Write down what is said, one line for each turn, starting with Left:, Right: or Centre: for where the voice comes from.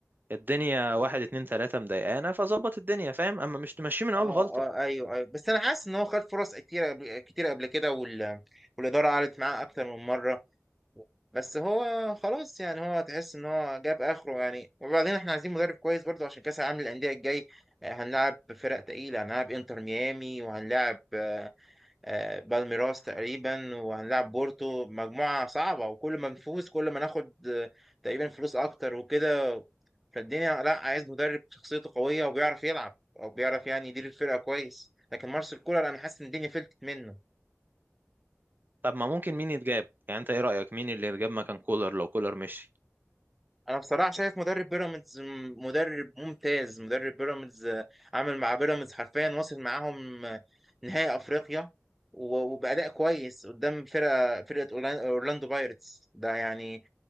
Right: الدنيا واحد اتنين تلاتة مضايقانا فظبط الدنيا فاهم اما مش تمشيه من
Centre: اه
Right: اول غلطة
Centre: اه ايوه ايوه بس انا حاسس ان هو خد فرص كتير قبل- كتير قبل كده وال... والاداره قعدت معاه اكتر من مره بس هو خلاص يعني هو تحس ان هو جاب اخره يعني وبعدين احنا عايزين مدرب كويس برضو عشان كاس العالم للانديه الجاي آه، هنلعب فرق تقيله هنلعب انتر ميامي وهنلعب آه، بالميراس تقريبا وهنلعب بورتو مجموعة صعبة وكل ما نفوز كل ما ناخد آه، تقريبا فلوس أكتر وكده فالدنيا لا عايز مدرب شخصيته قوية وبيعرف يلعب أو بيعرف يعني يدير الفرقة كويس لكن مارسيل كولر أنا حاسس إن الدنيا فلتت منه
Right: طب ما ممكن مين يتجاب يعني انت ايه رأيك مين اللي يتجاب مكان كولر لو كولر مشي
Centre: أنا بصراحة شايف مدرب بيراميدز م- مدرب ممتاز مدرب بيراميدز آه، عامل مع بيراميدز حرفيا واصل معاهم آه، نهائي أفريقيا و- وبأداء كويس قدام فرقة فرقة أورلا- أورلاندو بايرتس ده يعني